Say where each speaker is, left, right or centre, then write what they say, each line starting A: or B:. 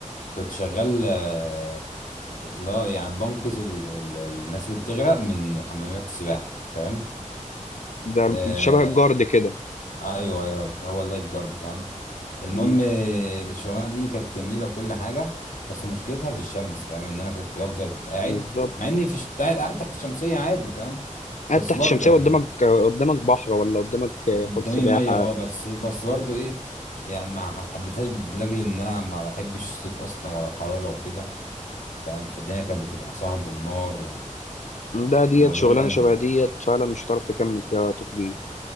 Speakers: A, on the left; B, on the left.
A: كنت شغال آه، اللي هو يعني بنقذ ال- ال- الناس اللي بتغرق من حمامات السباحه فاهم
B: ده
A: آه
B: شبه الجارد كده
A: ايوه ايوه هو اللايف جارد فاهم المهم
B: امم
A: آه، الشغلانه دي كانت جميله وكل حاجه بس مشكلتها في الشمس فاهم ان انا كنت بفضل قاعد
B: بالظبط
A: مع اني في شت- قاعد تحت شمسيه عادي فاهم
B: قاعد
A: بس
B: تحت
A: برضه
B: الشمسيه
A: يعني
B: قدامك قدامك بحر ولا قدامك
A: قدامي
B: حوض سباحه
A: ميه اه بس بس برضه ايه يعني ما حبيتهاش لاجل ان انا ما بحبش الصيف اصلا ولا الحراره وكده فاهم فالدنيا كانت بتبقى صهد ونار و... و-
B: ده ديت
A: والموضوع
B: شغلانه
A: كان
B: شبه ديت فعلا مش هتعرف تكمل فيها وقت كبير